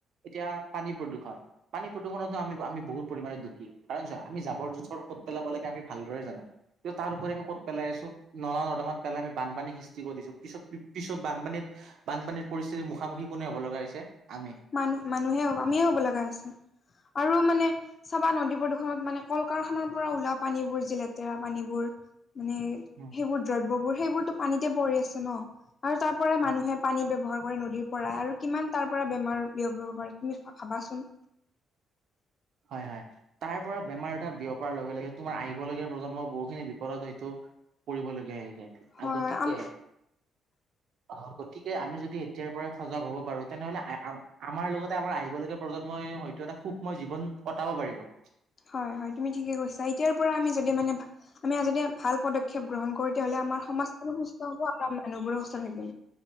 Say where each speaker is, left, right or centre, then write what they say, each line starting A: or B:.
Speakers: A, on the right; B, on the left.
A: এতিয়া পানী প্ৰদূৰষণ পানী প্ৰদূষণতো আমি-আমি বহুত পৰিমাণে দোষী। কাৰণ চোৱা আমি জাবৰ-জোথত ক'ত পেলাব লাগে আমি ভালদৰে জানো। কিন্তু তাৰোপৰি আমি ক'ত পেলাই আছো। নলা-নৰ্দমাত পেলাই আমি বানপানী সৃষ্টি কৰিছো। পিছত-পিছত বানপানীত বানপানীৰ পৰিস্থিতিৰ মুখামুখি কোনে হ'ব লগা হৈছে? আমি
B: মানুহ মানুহে হ'ব, আমিয়ে হ'ব লগা হৈছে। আৰু মানে চাবা নদী প্ৰদূষণত মানে কল-কাৰখানাৰ পৰা ওলোৱা পানীবোৰ যে লেতেৰা পানীবোৰ মানে
A: উম।
B: বোৰ দ্ৰব্যবোৰ সেইবোৰতো পানীতে পৰি আছে ন। আৰু তাৰ পৰা
A: অ
B: মানুহে পানী ব্যৱহাৰ কৰি নদীৰ পৰাই আৰু কিমান তাৰ পৰা বেমাৰ বিয়পিব পাৰি তুমি ভাবাচোন।
A: হয় হয়। তাৰ পৰা বেমাৰ এটা বিয়পাৰ লগে লগে তোমাৰ আহিব লগীয়া প্ৰজন্মৰ বহুখিনি বিপদত হয়তো পৰিবলগীয়া হৈ যায়।
B: হয়
A: আৰু গতিকে
B: আম
A: অ', গতিকে আমি যদি এতিয়াৰ পৰাই সজাগ হ'ব পাৰো তেনেহ'লে আমাৰ লগতে আমাৰ আহিবলগীয়া প্ৰজন্মই হয়তো এটা সুখময় জীৱন কটাব পাৰিব।
B: হয় হয়। তুমি ঠিকে কৈছা। এতিয়াৰ পৰা আমি যদি মানে আমি যদি ভাল পদক্ষেপ গ্ৰহণ কৰো তেতিয়াহ'লে আমাৰ সমাজখনো সুস্থ হ'ব আৰু আমি মানুহবোৰো সুস্থ থাকিম।